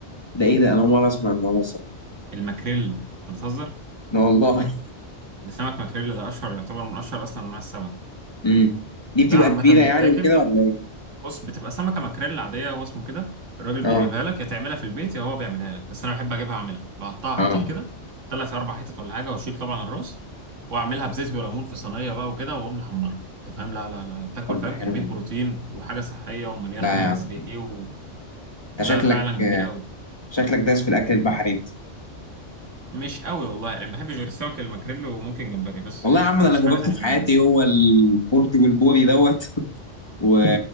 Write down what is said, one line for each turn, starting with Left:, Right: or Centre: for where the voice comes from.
Left: ده ايه ده انا اول مره اسمع النوع مثلا
Right: المكريل انت بتهزر
Left: لا والله
Right: ده سمك مكريل ده اشهر يعتبر من اشهر اصلا انواع السمك
Left: امم <laughs> دي
Right: ده
Left: بتبقى
Right: عامه
Left: كبيره
Right: بيتاكل
Left: يعني وكده ولا ايه
Right: بص بتبقى سمكه مكريل عاديه هو اسمه كده الراجل
Left: اه
Right: بيجيبها لك يا تعملها في البيت يا هو بيعملها لك بس انا بحب اجيبها اعملها بقطعها
Left: اه
Right: حتت كده ثلاث اربع حتت ولا حاجه واشيل طبعا الراس واعملها بزيت وليمون في صينيه بقى وكده واقوم محمرها انت فاهم لا لا لا تاكل
Left: طب
Right: فاهم
Left: ده حلو
Right: كميه
Left: والله.
Right: بروتين وحاجه صحيه ومليانه
Left: لا
Right: اوميجا
Left: يا عم
Right: 3 و...
Left: انت
Right: لا
Left: شكلك
Right: فعلا جميله قوي
Left: شكلك دايس في الاكل البحري انت
Right: مش قوي والله يعني ما بحبش غير السمك الماكريل وممكن جمبري بس
Left: والله
Right: ما
Left: يا
Right: باكلوش
Left: عم ده انا جربته
Right: حاجه تانية
Left: في
Right: من
Left: حياتي هو البلطي والبوري دوت <laughs> و...